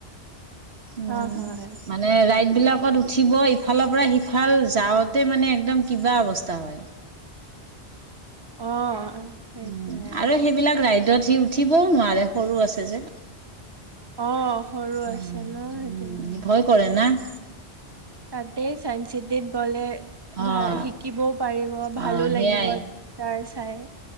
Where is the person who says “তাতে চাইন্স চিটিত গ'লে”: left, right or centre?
Right